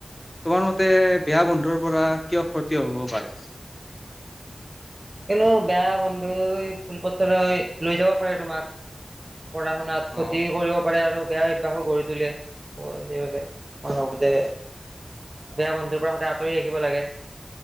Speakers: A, on the left (about 20°); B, on the right (about 40°).
A: তোমাৰ মতে বেয়া বন্ধুৰ পৰা কিয় ক্ষতি হব পাৰে।
B: কনো বেয়া বন্ধু ফুল পত্ৰ হয় লৈ যাব পাৰে তোমাক, পঢ়া শুনাত ক্ষতি
A: অ',
B: কৰিব পাৰে আৰু বেয়া অভ্যাসো কৰি তোলে ত' সেইবাবে মই ভাবোঁ যে, বেয়া বন্ধুৰ পৰা সদায় আঁতৰি থাকিব লাগে।